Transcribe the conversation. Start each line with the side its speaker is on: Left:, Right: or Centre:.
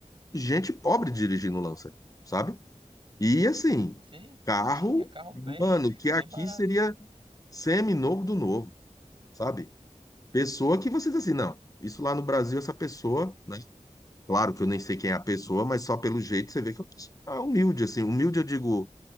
Left: gente pobre dirigindo Lancer, sabe? E assim,
Right: Sim,
Left: carro,
Right: sim, é carro bem,
Left: mano,
Right: <laughs>
Left: que aqui
Right: bem barato.
Left: seria semi-novo do novo, sabe? Pessoa que você diz assim, não, isso lá no Brasil, essa pessoa, né? Claro que eu nem sei quem é a pessoa, mas só pelo jeito você vê que é uma pessoa humilde, assim. Humilde, eu digo